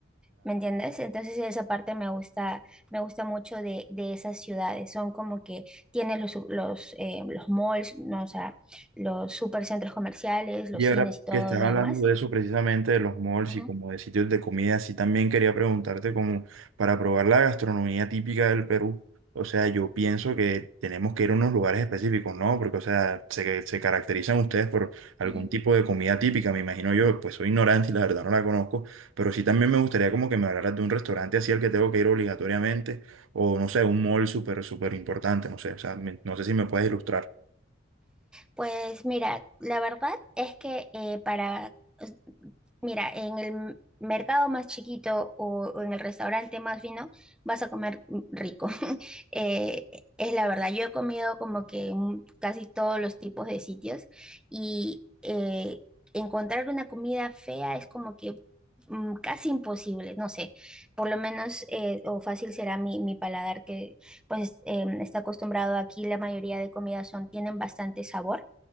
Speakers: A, in the centre; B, on the right.
A: ¿Me entiendes? Entonces esa parte me gusta, me gusta mucho de, de esas ciudades. Son como que tienen los, los, eh, los malls, ¿no? O sea, los supercentros comerciales, los
B: Y ahora
A: cines y todo
B: que estás
A: lo
B: hablando
A: demás.
B: de eso precisamente, de los malls
A: Ujú,
B: y como de sitios de comida, sí también quería preguntarte como para probar la gastronomía típica del Perú. O sea, yo pienso que tenemos que ir a unos lugares específicos, ¿no? Porque, o sea, se, se caracterizan ustedes por algún
A: ujú.
B: tipo de comida típica, me imagino yo, pues soy ignorante y la verdad no la conozco, pero sí también me gustaría como que me hablaras de un restaurante así al que tengo que ir obligatoriamente, o no sé, un mall súper, súper importante, no sé, o sea, me- no sé si me puedes ilustrar.
A: Pues mira, la verdad es que eh, para, es- mira, en el mercado más chiquito o, o en el restaurante más fino vas a comer rico. <laughs> Eh, es la verdad, yo he comido como que en casi todos los tipos de sitios y eh, encontrar una comida fea es como que mm, casi imposible, no sé, por lo menos eh, o fácil será mi, mi paladar que pues em, está acostumbrado aquí, la mayoría de comidas son, tienen bastante sabor.